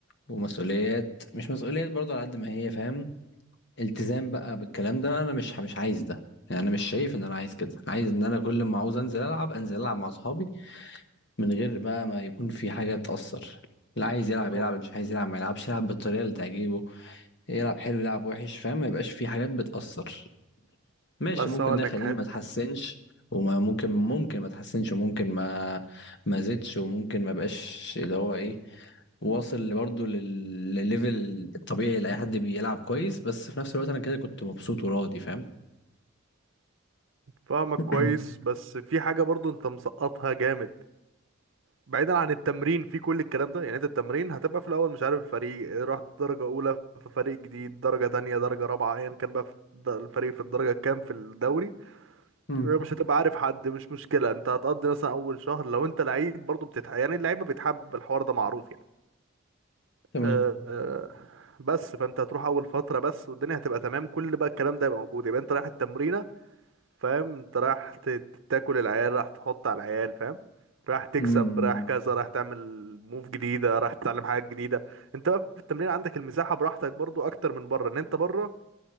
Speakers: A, on the left; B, on the right.
A: ومسؤوليات مش مسؤوليات برضه على قد ما هي فاهم التزام بقى بالكلام ده انا مش مش عايز ده يعني انا مش شايف ان انا عايز كده عايز ان انا كل ما عاوز انزل العب انزل العب مع اصحابي من غير بقى ما يكون في حاجة تأثر اللي عايز يلعب
B: أه.
A: يلعب اللي مش عايز يلعب ما يلعبش يلعب بالطريقة اللي تعجبه يلعب حلو يلعب وحش فاهم ما يبقاش في حاجات بتأثر ماشي
B: بس
A: ممكن
B: هقول
A: ده
B: لك
A: يخلينا
B: ه-
A: ما تحسنش وما ممكن ممكن ما تحسنش وممكن ما ما زدش وممكن ما بقاش اللي هو ايه واصل برضه لل- للليفل الطبيعي لأي حد بيلعب كويس بس في نفس الوقت انا كده كنت مبسوط وراضي فاهم
B: فاهمك
A: <coughs>
B: كويس بس في حاجه برضو انت مسقطها جامد بعيدا عن التمرين في كل الكلام ده يعني انت التمرين هتبقى في الاول مش عارف الفريق رحت درجة اولى في فريق جديد درجة تانية درجة رابعة ايا كان بقى في الد- الفريق في الدرجة كام في الدوري
A: <clears throat>
B: مش
A: مم.
B: هتبقى عارف حد مش مشكلة انت هتقضي مثلا اول شهر لو انت لعيب برضه بتتح يعني اللعيبة بيتحب الحوار ده معروف يعني
A: تمام
B: أه آه، بس فانت هتروح اول فترة بس والدنيا هتبقى تمام كل بقى الكلام ده يبقى موجود يبقى انت رايح التمرين فاهم انت رايح ت- ت- تاكل العيال راح تحط على العيال فاهم راح تكسب
A: امم
B: راح كذا راح تعمل موف جديدة راح تتعلم حاجة جديدة انت بقى في التمرين عندك المساحة براحتك برضو اكتر من بره ان انت بره